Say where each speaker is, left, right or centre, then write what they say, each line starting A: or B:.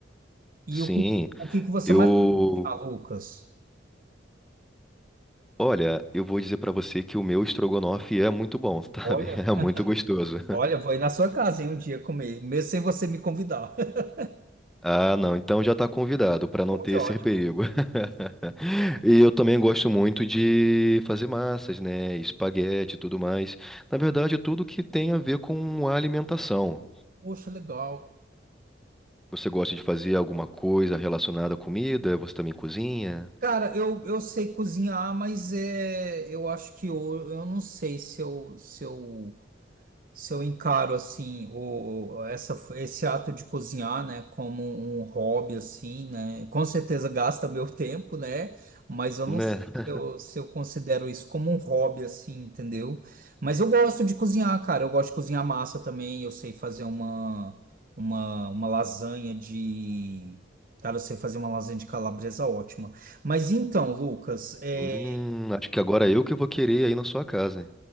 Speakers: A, on the right (about 50°); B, in the centre.
A: E
B: Sim,
A: o que, o que que você
B: eu,
A: mais ah, Lucas?
B: olha, eu vou dizer pra você que o meu estrogonofe é muito bom, sabe?
A: Olha,
B: <laughs> É muito gostoso.
A: olha, vou ir na sua casa, hein, um dia comer, mesmo sem você me convidar. <laughs>
B: Ah, não, então já tá convidado pra não
A: Pô,
B: ter
A: que
B: esse
A: ótimo.
B: perigo. <laughs> E eu também gosto muito de fazer massas, né? Espaguete e tudo mais. Na verdade, tudo que tem a ver com a alimentação.
A: Poxa, legal.
B: Você gosta de fazer alguma coisa relacionada à comida? Você também cozinha,
A: Cara, eu, eu sei cozinhar, mas é, eu acho que eu, eu não sei se eu, se eu se eu encaro assim o essa esse ato de cozinhar, né, como um hobby assim, né, com certeza gasta meu <laughs> tempo, né, mas eu
B: né?
A: não sei se eu, se eu considero isso como um hobby assim, entendeu? Mas eu gosto de cozinhar, cara, eu gosto de cozinhar massa também, eu sei fazer uma uma uma lasanha de Cara, eu sei fazer uma lasanha de calabresa ótima. Mas então, Lucas, é.
B: Hum, acho que agora eu que vou querer aí na sua casa.